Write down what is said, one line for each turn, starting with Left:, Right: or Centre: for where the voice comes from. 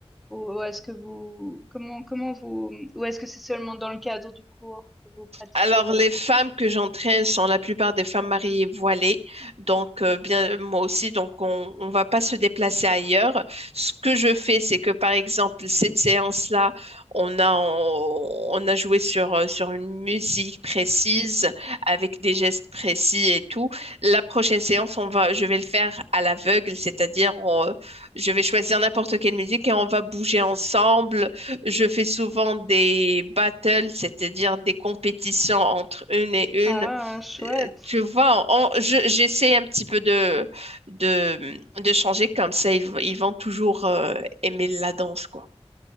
Centre: ou est-ce que vous, comment, comment vous, ou est-ce que c'est seulement dans le cadre du cours que vous pratiquez
Right: Alors,
Centre: la
Right: les
Centre: danse?
Right: femmes que j'entraîne sont la plupart des femmes mariées voilées. Donc, euh, bien, moi aussi, donc on ne va pas se déplacer ailleurs. Ce que je fais, c'est que, par exemple, cette séance-là, on a, on, on a joué sur, euh, sur une musique précise, avec des gestes précis et tout. La prochaine séance, on va, je vais le faire à l'aveugle, c'est-à-dire, on, euh, je vais choisir n'importe quelle musique et on va bouger ensemble je fais souvent des battles, c'est-à-dire des compétitions entre une et
Centre: Ah,
Right: une.
Centre: chouette.
Right: Euh, Tu vois, on- je- j'essaie un petit peu de, de, de changer comme ça, ils, v- ils vont toujours euh, aimer la danse, quoi.